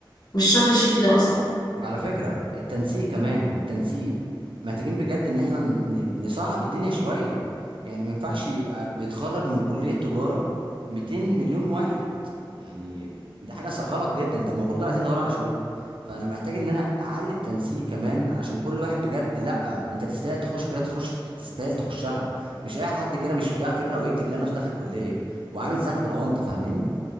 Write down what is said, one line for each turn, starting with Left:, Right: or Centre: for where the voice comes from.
Left: مش شرط شهادة اصلا
Right: وعلى فكرة التنسيق كمان التنسيق محتاجين بجد ان احنا ن- ن- نصعب الدنيا شوية يعني ما ينفعش يبقى بيتخرج من كلية تجارة 200 مليون واحد يعني دي حاجة ص- غلط جدا طب ما كل دول عايزين ندور على شغل فانا محتاج ان انا اعلي التنسيق كمان عشان كل واحد بجد لا انت تستاهل تخش كده تخش تستاهل تخشها مش اي حد كده مش بيع فكرة او يكتب يلاقي نفسه دخل كلية وعامل زحمة بالاونطة فاهماني